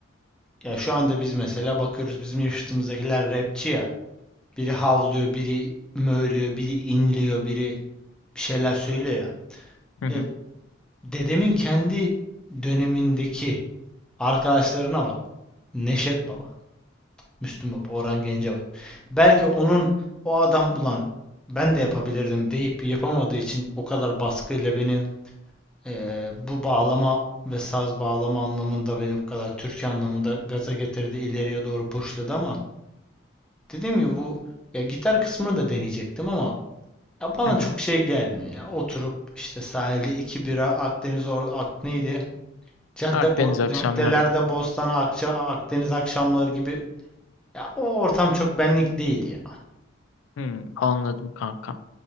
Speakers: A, in the centre; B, on the left.
A: ya şu anda biz mesela bakıyoruz bizim yaşıtımızdakiler rapçi ya. Biri havlıyor, biri mövlüyor, biri inliyor, biri bir şeyler söylüyor ya.
B: hı hı,
A: E, Dedemin kendi dönemindeki arkadaşlarına bak. Neşet Baba, Müslüm Baba, Orhan Gencebay. Belki onun o adam ulan ben de yapabilirdim deyip yapamadığı için o kadar baskıyla beni eee, bu bağlama ve saz bağlama anlamında beni bu kadar türkü anlamında gaza getirdi, ileriye doğru pushladı ama dediğim gibi bu ya gitar kısmını da deneyecektim ama ya bana
B: hı hı.
A: çok şey gelmiyor ya. Oturup işte sahilde iki bira Akdeniz or ak neydi? Cadde
B: Akdeniz
A: bo-
B: akşamları.
A: caddelerde Bostan, Akça, Akdeniz akşamları gibi ya o ortam çok benlik değil ya.
B: Hmm, anladım kanka.